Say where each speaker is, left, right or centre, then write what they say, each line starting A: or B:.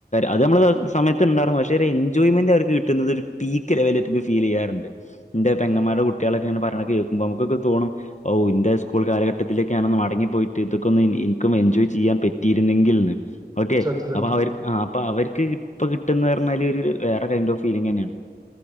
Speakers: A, on the left; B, on the right.
A: അത് നമ്മള് സമയത്ത് ഇണ്ടാർന്നു പക്ഷെ ഒരു എൻജോയ്മെന്റ് അവർക്ക് കിട്ടുന്നത് ഒരു പീക്ക് ലെവല് ആയിറ്റ് ഫീൽ ചെയ്യാറുണ്ട് ന്റെ പെങ്ങമാരുടെ
B: ഉം.
A: കുട്ട്യേളെക്ക് ന്ന പറയണ കേൾക്കുമ്പോ നമുക്കൊക്കെ തോണും ഓ ഇന്റെ സ്കൂൾ കാലഘട്ടത്തിലേക്ക് ഞാനൊന്ന് മടങ്ങിപ്പോയിട്ട് ഇതൊക്കെ ഒന്ന് ഇൻക്കും എൻജോയ് ചെയ്യാൻ പറ്റിയിരുന്നെങ്കിൽന്ന്. ഓക്കെ
B: സത്യം സത്യം.
A: അപ്പോ അവര് ആ പ്പ അവർക്ക് ഇപ്പൊ കിട്ടുന്ന് പറഞ്ഞാല് വേറെ കൈൻഡ് ഓഫ് ഫീലിംഗ്ന്നെയാണ്